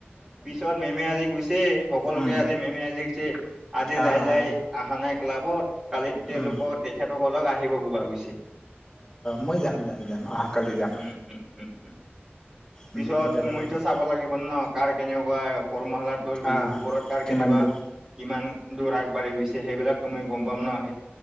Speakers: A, on the right; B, on the left.
A: পিছত মেমে আজি কৈছে সকলোকে
B: উম,
A: আজি মেমে আজি কৈছে আজি,
B: আ
A: যাই-যাই
B: আ আ
A: আহা নাই ক্লাবত কালি তেওঁলোকৰ
B: উম।
A: তেখেতসকলক আহিব কোবা কৈছে।
B: মই যাম-যাম-যাম অহা কালি যাম।
A: উম উম উম উম পিছত
B: উম যাব
A: মইতো
B: লাগিব
A: চাব লাগিব ন কাৰ কেনেকুৱা কৰ্মশালাটোৰ বি
B: আহ
A: ওপৰত কাৰ
B: কিমান
A: কেনেকুৱা,
B: দূৰ
A: কিমান দূৰ আগবাঢ়ি গৈছে সেইবিলাকো মই গম পাম নাই।